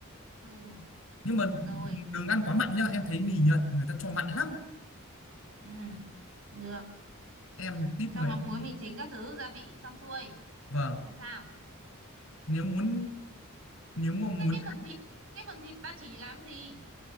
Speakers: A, on the right; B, on the left.
A: ừ
B: nhưng mà
A: rồi
B: đừng, đừng ăn quá mặn nhá em thấy mì Nhật người ta cho mặn lắm
A: ừ được
B: em tip
A: cho
B: người
A: mắm
B: em
A: muối mì chính các thứ gia vị xong xuôi
B: vâng
A: rồi sao
B: nếu muốn nếu mà muốn
A: thế cái
B: ăn
A: phần thịt cái phần thịt ba chỉ làm gì